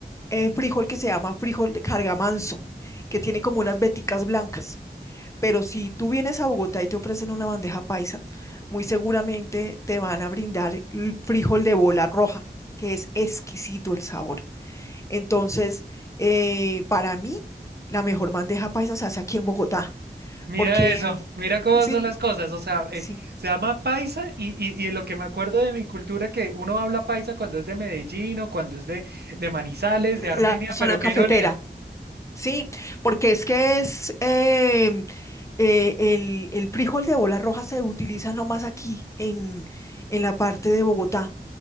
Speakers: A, on the left; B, on the right.
A: eh, frijol que se llama frijol de cargamanso, que tiene como unas veticas blancas. Pero si tú vienes a Bogotá y te ofrecen una bandeja paisa, muy seguramente te van a brindar el frijol de bola roja, que es exquisito el sabor. Entonces, eh, para mí, la mejor bandeja paisa se hace aquí en Bogotá,
B: Mira
A: porque
B: eso,
A: el-
B: mira cómo
A: sí,
B: son las cosas, o sea, eh,
A: sí,
B: se llama paisa y, y, y lo que me acuerdo de mi cultura que uno habla paisa cuando es de Medellín o cuando es de, de Manizales, de Armenia,
A: la zona
B: pero qué
A: cafetera,
B: ironía.
A: sí, porque es que es em, eh, el, el frijol de bola roja se utiliza nomás aquí en, en la parte de Bogotá,